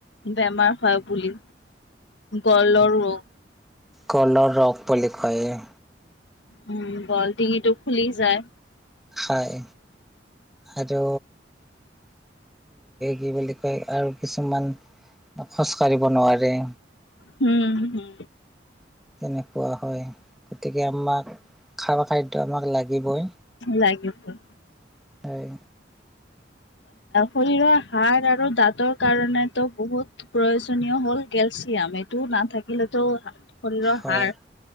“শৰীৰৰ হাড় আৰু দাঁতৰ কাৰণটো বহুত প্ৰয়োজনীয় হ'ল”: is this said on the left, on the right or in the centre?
Left